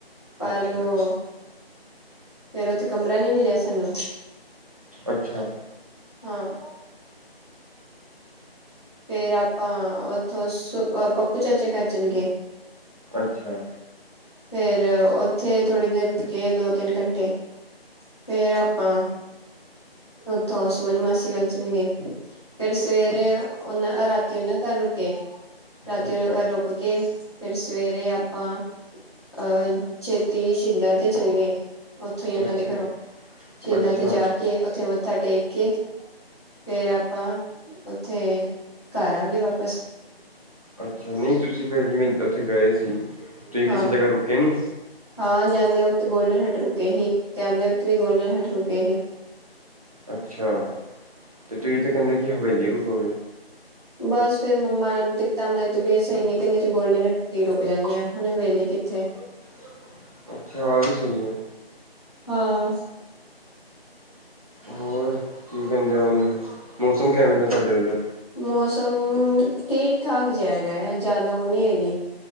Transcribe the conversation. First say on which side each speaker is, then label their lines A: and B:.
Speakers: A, on the left; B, on the right.
A: ਪਰ
B: ਅੱਛਾ
A: ਉਹ ਫੇਰ ਉੱਥੇ ਕਮਰਾ ਨੀ ਮਿਲਿਆ ਸਾਨੂੰ
B: ਅੱਛਾ <inaudible>
A: ਹਾਂ। ਫੇਰ ਆਪਾਂ ਉਥੋਂ ਪੱਪੂ ਚਾਚੇ ਘਰ ਚਲੇ ਗਏ।
B: ਅੱਛਾ,
A: ਫੇਰ ਉੱਥੇ ਥੋੜ੍ਹੀ ਦੇਰ ਰੁਕੇ ਦੋ ਤਿੰਨ ਘੰਟੇ। ਫੇਰ ਆਪਾਂ ਉੱਥੋਂ ਸੁਮਨ ਮਾਸੀ ਵੱਲ ਚਲੇ ਗਏ। ਫਿਰ ਸਵੇਰੇ ਉਹਨਾ ਰਾਤੀ ਉਹ ਨਾ ਘਰ ਰੁਕੇ ਰਾਤੀ
B: ਅੱਛਾ
A: ਉਹਨਾ ਘਰ ਰੁਕ ਕੇ, ਫੇਰ ਸਵੇਰੇ ਆਪਾਂ, ਅਹ ਛੇਤੀ ਸ਼ਹੀਦਾਂ ਤੇ ਚੱਲ ਗਏ। ਉੱਥੋਂ ਹੀ ਉਹਨਾਂ
B: ਅੱਛਾ
A: ਦੇ ਘਰੋਂ ਸ਼ਹੀਦਾਂ
B: ਅੱਛਾ
A: ਤੇ ਜਾ ਕੇ ਉੱਥੇ ਮੱਥਾ ਟੇਕ ਕੇ, ਫੇਰ ਆਪਾਂ ਉੱਥੇ ਕਰਾਂਗੇ ਵਾਪਿਸ
B: ਅੱਛਾ ਨਹੀਂ ਤੁਸੀਂ ਫੇਰ ਜਿਵੇਂ ਉੱਥੇ ਗਏ ਸੀ, ਤੁਸੀਂ
A: ਹਾਂ
B: ਕਿਸੇ ਜਗ੍ਹਾ ਰੁਕੇ ਨੀ
A: ਹਾਂ ਜਾਂਦੇ ਵਕਤ ਗੋਲਡਨ ਹੱਟ ਰੁਕੇ ਸੀ, ਤੇ ਆਉਦੇ ਵਕਤ ਵੀ ਗੋਲਡਨ ਹੱਟ ਰੁਕੇ ਹੀ।
B: ਅੱਛਾ, ਤੇ ਤੁਸੀਂ ਤਾਂ ਕਹਿੰਦੇ ਕਿ ਹਵੇਲੀ ਰੁਕੋਗੇ।
A: ਬਸ ਫੇਰ ਮੰਮਾ ਤਿਪਤਾ ਮੇਰੀ ਤਬੀਅਤ ਸਹੀ ਨੀ ਨਹੀਂ, ਕਹਿੰਦੇ ਚ ਗੋਲਡਨ ਹੱਟੀ ਰੁਕ ਜਾਂਦੇ ਆ ਹੁਣ ਹਵੇਲੀ। ਕਿੱਥੇ?
B: <inaudible> ਅੱਛਾ ਆ ਵੀ ਸਹੀ ਹੈ।
A: ਹਾਂ,
B: ਹੋਰ ਕੀ ਕਹਿੰਦੇ ਹੋ ਉਹਨੂੰ ਮੌਸਮ ਕਿਵੇਂ ਦਾ ਤੁਹਾਡੇ ਉੱਧਰ?
A: ਮੌਸਮ ਠੀਕ-ਠਾਕ ਜਿਹਾ ਹੈਗਾ ਹੈ, ਜਿਆਦਾ ਉਹ ਨਹੀਂ ਹੈਗੀ।